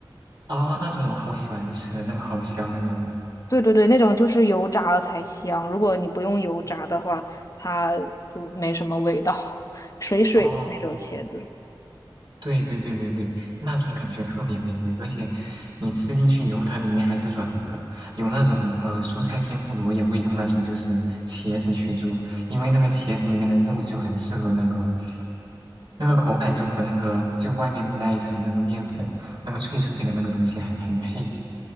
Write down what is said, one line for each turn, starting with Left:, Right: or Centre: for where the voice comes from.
Right: 啊、那种我好喜欢吃的，那个好香的。
Left: 对对对，那种就是油炸了才香，如果你不用油炸的话，
Right: 嗯
Left: 它就没什么味道，<laughs> 水水的那种茄子。
Right: 哦。对对对对对，那种感觉特别美味，而且你吃进去以后，它里面还是软的。有那种呃蔬菜天妇罗也会用那种就是茄子去做，因为那个茄子里面的肉就很适合那个那个口感就和那个就外面的那一层那个面粉那个脆脆的那个东西很很配。